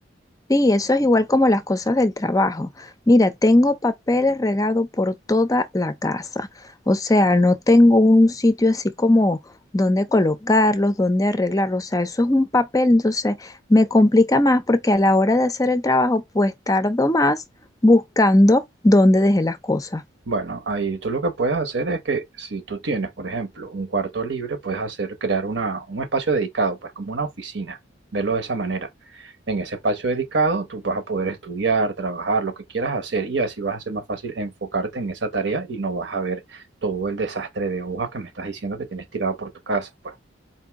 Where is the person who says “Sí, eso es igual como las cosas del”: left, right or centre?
Left